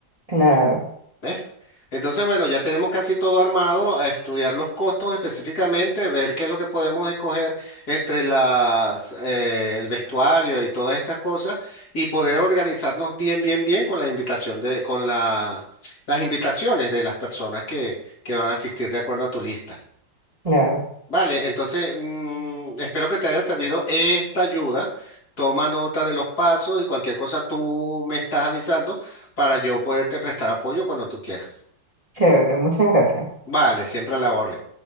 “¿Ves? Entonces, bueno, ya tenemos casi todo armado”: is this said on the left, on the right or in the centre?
Left